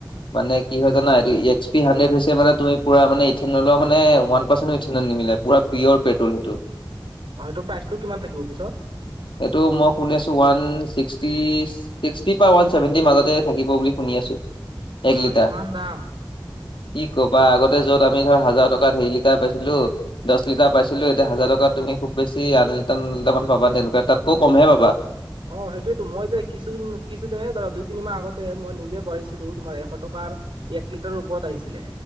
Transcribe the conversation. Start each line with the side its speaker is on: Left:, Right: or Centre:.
Left: মানে কি হয় জানা এইটো এইচ পি হানণ্ড্ৰেদ হৈছে মানে তুমি পুৰা মানে ইথেন অইলৰ মানে ৱান পাৰ্চেন্টে ইথেনৰ নিমিলে। পুৰা পিয়ৰ পেট্ৰল সেইটো।
Right: অ সেইটো প্ৰাইচটো কিমান থাকিব পিছত?
Left: এইটো মই শুনি আছোঁ ওৱান ছিক্সটি ছিক্সটি পা ওৱান চছেভেন্টিৰ মাজতে থাকিব বুলি শুনি আছো
Right: বা
Left: এক লিটাৰ।
Right: ইমান দাম।
Left: কি ক'বা আগতে যত আমি ধৰ হাজাৰ টকাত হেৰি লিটাৰ পাইছিলো দছ লিটাৰ পাইছিলো এতিয়া হাজাৰটকা তুমি খুব বেছি আঠ লিটাৰ ন লিটাৰা পাবা তেনেকুৱা তাতকৈ কমহে পাবা।
Right: অ সেইটোয়েতো মই যে কিছুদিন ধৰা দুই তিনি মাহ আগতে মই নিজে বাঢ়িছিলো তোমাৰ এশ টকাৰ এক লিটাৰৰ ওপৰত আহিছিল?